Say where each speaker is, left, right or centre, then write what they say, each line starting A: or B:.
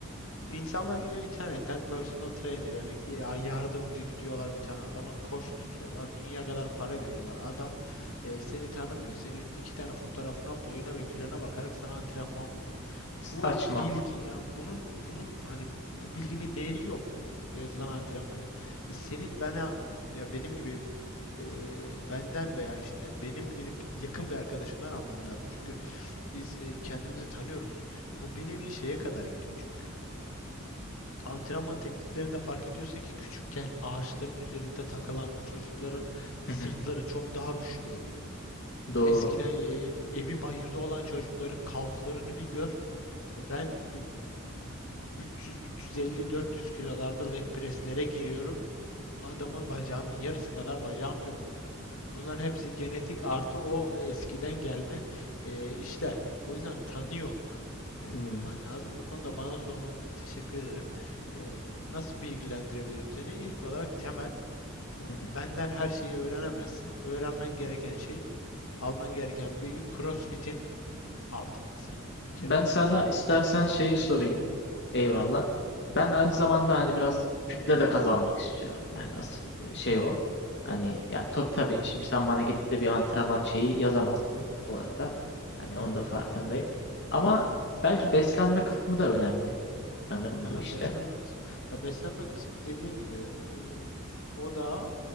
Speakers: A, on the left; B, on the left.
A: insanlar gidiyor internetten personal trainer yani ya- yardımcı gidiyorlar bir tane adama koç tutuyorlar. Dünya kadar para veriyorlar. Adam e, seni tanımıyor. Senin iki tane fotoğrafına, boyuna ve kilona bakarak sana antrenman veriyor. Bu
B: Saçma.
A: bilgi yani bunun bunun hani bu bilginin değeri yok. O yazılan antrenmanın. E, senin bana ya benim gibi e, benden veya işte benim gidip yakın bir arkadaşımdan almam lazım. Çünkü biz e, kendimizi tanıyoruz. Bu bir nevi şeye kadar gidiyor çünkü. Antrenman tekniklerinde fark ediyorsun ki küçükken ağaçların üzerinde takılan o çocukların sırtları
B: Hı hı,
A: çok daha güçlü oluyor.
B: Doğru.
A: Eskiden e, evi bayırda olan çocukların kalflarını bir gör. Ben e, 300, 350, 400 kilolarda leg presslere giriyorum. Adamın bacağının yarısı kadar bacağım yok. Bunların hepsi genetik artı o eskiden gelme e, işler. O yüzden tanıyor. e,
B: Hmm.
A: olman lazım. Bu konuda bana sorman e, teşekkür ederim. E, nasıl bilgilendirebilirim seni? İlk olarak temel, e,
B: hı hı.
A: benden her şeyi öğrenemezsin. Öğrenmen gereken şey, alman gereken bilgi CrossFit'in altında senin. Bir kere
B: Ben
A: onun
B: sana
A: internetten
B: istersen
A: bir araştırmasını
B: şeyi sorayım.
A: yap.
B: Eyvallah.
A: Heh.
B: Ben aynı zamanda hani biraz kütle de kazanmak istiyorum. Yani
A: Hı hı.
B: asıl e, şey o. Hani ya tabii tabii şimdi sen bana gidip de bir antrenman şeyi yazamazsın bu arada. Hani
A: Hı
B: onun
A: hı.
B: da farkındayım. Ama belki beslenme kısmı da önemli sanırım
A: Aha,
B: bu işte.
A: beslenme kısmı. Ya beslenme kısmı dediğim gibi e, o, o da